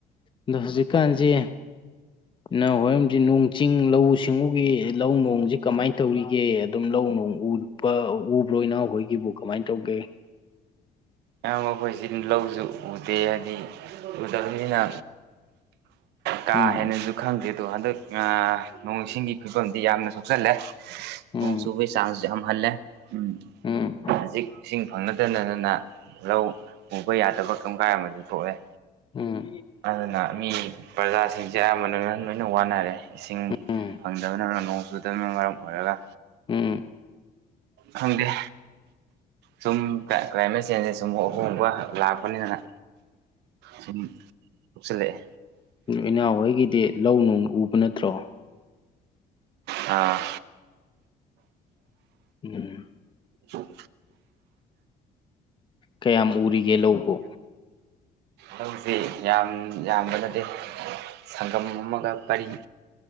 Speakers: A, on the left (about 30°); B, on the right (about 80°).
A: ꯑꯗꯣ ꯍꯧꯖꯤꯛꯀꯥꯟꯁꯤ ꯏꯅꯥꯎ ꯍꯣꯏꯔꯝꯗꯤ ꯅꯣꯡ ꯆꯤꯡ ꯂꯧꯎ ꯁꯤꯡꯎꯒꯤ ꯂꯧ ꯅꯣꯡꯖꯤ ꯀꯃꯥꯏ ꯇꯧꯔꯤꯒꯦ ꯑꯗꯨꯝ ꯂꯧ ꯅꯣꯡ ꯎꯔ ꯄꯥ ꯎꯕ꯭ꯔꯣ ꯏꯅꯥꯎ ꯍꯣꯏꯒꯤꯕꯨ ꯀꯃꯥꯏꯅ ꯇꯧꯒꯦ
B: ꯏꯌꯥꯝꯕꯥ ꯑꯩꯈꯣꯏꯁꯤ ꯂꯧꯁꯨ ꯎꯗꯦ ꯍꯥꯏꯗꯤ ꯎꯗꯕꯅꯤꯅ ꯀꯥ
A: ꯎꯝ
B: ꯍꯦꯟꯅꯁꯨ ꯈꯪꯗꯦꯗꯣ ꯍꯟꯗꯛ ꯅꯣꯡꯁꯤꯡꯒꯤ ꯐꯤꯕꯝꯗꯤ ꯌꯥꯝꯅ ꯁꯣꯛꯆꯜꯂꯦ
A: ꯎꯝ
B: ꯅꯣꯡ ꯆꯨꯕꯒꯤ ꯆꯥꯡ ꯌꯥꯝꯍꯜꯂꯦ ꯎꯝ
A: ꯎꯝ
B: ꯍꯧꯖꯤꯛ ꯏꯁꯤꯡ ꯐꯪꯅꯗꯗꯥꯅꯥ ꯂꯧ ꯎꯕ ꯌꯥꯗꯕ ꯀꯝ ꯀꯥꯏ ꯑꯃꯁꯨ ꯊꯣꯛꯑꯦ
A: ꯎꯝ
B: ꯑꯗꯨꯅ ꯃꯤ ꯄ꯭ꯔꯖꯥꯁꯤꯡꯁꯦ ꯑꯌꯥꯝꯃꯅ ꯂꯣꯏꯅ ꯋꯥꯅꯔꯦ ꯏꯁꯤꯡ
A: ꯎꯝ
B: ꯐꯪꯗꯕꯅꯅ ꯅꯣꯡ ꯆꯨꯗꯕꯅ ꯃꯔꯝ ꯑꯣꯏꯔꯒ
A: ꯎꯝ
B: ꯈꯪꯗꯦ ꯁꯨꯝ ꯀ꯭ꯂꯥꯏꯃꯦꯠ ꯆꯦꯟꯖꯦ ꯁꯨꯝ ꯑꯍꯣꯡꯕ ꯂꯥꯛꯄꯅꯤꯗꯅ ꯁꯨꯝ ꯊꯣꯛꯆꯤꯜꯂꯛꯑꯦ
A: ꯏꯅꯥꯎ ꯍꯣꯏꯒꯤꯗꯤ ꯂꯧ ꯅꯣꯡ ꯎꯕ ꯅꯠꯇ꯭ꯔꯣ
B: ꯑꯥ
A: ꯎꯝ
B: ꯑꯣ
A: ꯀꯌꯥꯝ ꯎꯔꯤꯒꯦ ꯂꯧꯕ
B: ꯂꯧꯁꯤ ꯌꯥꯝ ꯌꯥꯝꯕ ꯅꯠꯇꯦ ꯁꯪꯒꯝ ꯑꯃꯒ ꯄꯔꯤꯡ